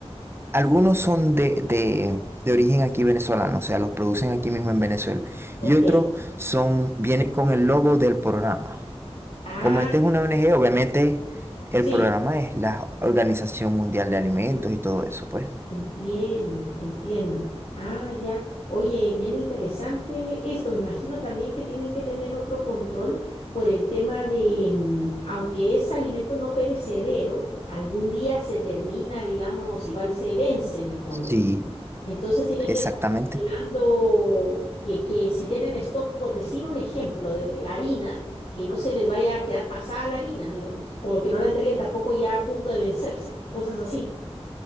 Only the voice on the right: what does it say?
Algunos son de, de, de origen aquí venezolano, o sea, los producen aquí mismo en Venezuela.
Y otros son, vienen con el logo del programa.
Como esta es una ONG, obviamente el
programa es la Organización Mundial de Alimentos y todo eso, pues.
Sí,
exactamente.